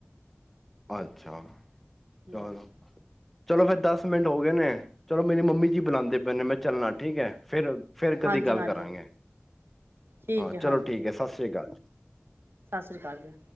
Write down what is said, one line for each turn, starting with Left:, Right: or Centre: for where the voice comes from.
Centre: ਅੱਛਾ,
Right: ਹੂੰ
Centre: ਚਲ ਚਲੋ ਫਿਰ ਦਸ ਮਿੰਟ ਹੋ ਗਏ ਨੇ ਚਲੋ ਮੇਰੀ ਮੰਮੀ ਜੀ ਬੁਲਾਂਦੇ ਪਏ ਨੇ ਮੈਂ ਚੱਲਣਾ ਠੀਕ ਹੈ ਫਿਰ ਫਿਰ ਕਦੀ
Right: ਹਾਂਜੀ
Centre: ਗੱਲ
Right: ਹਾਂਜੀ
Centre: ਕਰਾਂਗੇ
Right: ਠੀਕ
Centre: ਹਾਂ, ਚਲੋ
Right: ਹੈ ਹਾਂਜੀ
Centre: ਠੀਕ ਹੈ ਸਤਿ ਸ੍ਰੀ ਅਕਾਲ ਜੀ।
Right: ਸਤਿ ਸ੍ਰੀ ਅਕਾਲ ਜੀ।